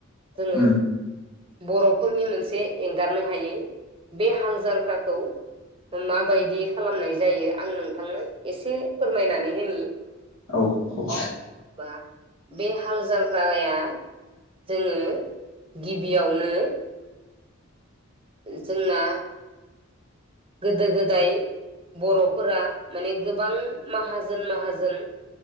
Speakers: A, on the right (about 25°); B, on the left (about 85°).
A: जोङो
B: उम
A: बर'फोरनि मोनसे एंगारनो हायै बे हाल जांख्राखौ माबायदि खालामनाय जायो आं नोंथांनो एसे फोरमायनानै होनि
B: औ औ
A: बा बे हाल जांख्राया जोङो गिबियावनो जोंना गोदो गोदाय बर'फोरा माने गोबां माहाजोन माहाजोन